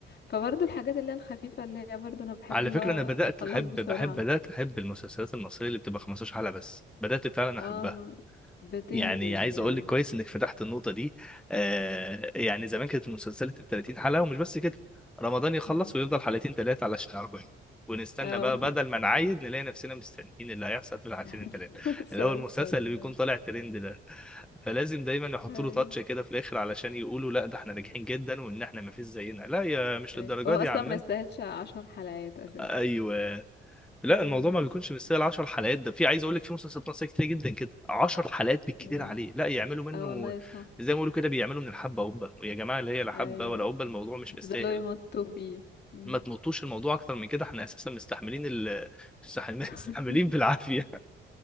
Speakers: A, on the left; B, in the centre.
A: فبرضو الحاجات اللي هي الخفيفة اللي هي برضو انا بحب
B: على
A: اللي
B: فكره
A: هو
B: انا بدات
A: نخلص
B: احب
A: بسرعة
B: بحب بدات احب المسلسلات المصريه اللي بتبقى 15 حلقه بس بدات فعلا
A: اه
B: احبها
A: ما- بتنجز
B: يعني عايز
A: يعني
B: اقول لك كويس انك فتحت النقطه دي آه يعني زمان كانت المسلسلات ال 30 حلقه ومش بس كده رمضان يخلص
A: مم.
B: ويفضل حلقتين ثلاثه علشان 40 ونستنى
A: اه
B: بقى بدل ما نعايد نلاقي نفسنا مستنيين اللي هيحصل في العشرين
A: <laughs>
B: ثلاثه
A: المسلسل
B: اللي هو المسلسل اللي بيكون طالع ترند ده فلازم دايما يحطوا
A: ايوه
B: له تاتش كده في الاخر علشان يقولوا لا ده احنا ناجحين جدا وان احنا ما فيش زينا لا يا مش
A: ايوه
B: للدرجه
A: هو
B: دي
A: اصلا
B: يا عمنا
A: ما يستاهلش عشر حلقات اساسا
B: ايوه لا
A: ايوه
B: الموضوع
A: بالظبط.
B: ما بيكونش مستاهل 10 حلقات ده في عايز اقول لك في مسلسلات مصريه كتير جدا كده 10 حلقات بالكتير
A: ايوه
B: عليه لا يعملوا منه
A: اه والله صح
B: زي ما بيقولوا كده بيعملوا من الحبه قبه يا جماعه اللي هي لا حبه
A: ايوه
B: ولا قبه الموضوع مش
A: بيفضلوا
B: مستاهل
A: يمطوا فيه مم.
B: ما تمطوش الموضوع اكتر من كده احنا اساسا مستحملين ال... مستحملين
A: <laughs>
B: <laughs> مستحملين بالعافيه